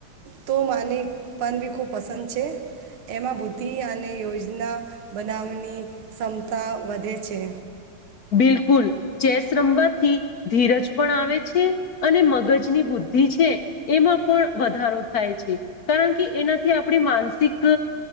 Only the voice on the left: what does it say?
બિલકુલ ચેસ રમવાથી ધીરજ પણ આવે છે, અને મગજની બુદ્ધિ છે એમાં પણ વધારો થાય છે કારણ કે એનાથી આપણી માનસિક